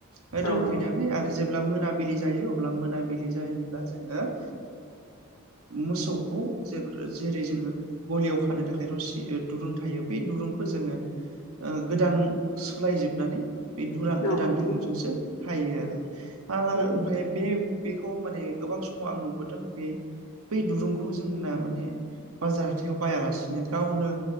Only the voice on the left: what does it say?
औ
नोंथां औ
नोंथां
औ नोंथां